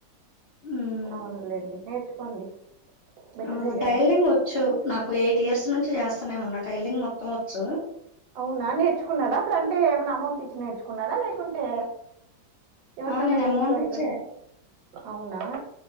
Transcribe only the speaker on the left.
ఉమ్
ఆ
టైలరింగ్ వచ్చు నాకు ఎయిట్ ఇయర్స్ నుంచి చేస్తానేమన్నా టైలింగ్ మొత్తం వచ్చు
ఆ నేను
అమౌంట్
ఇచ్చే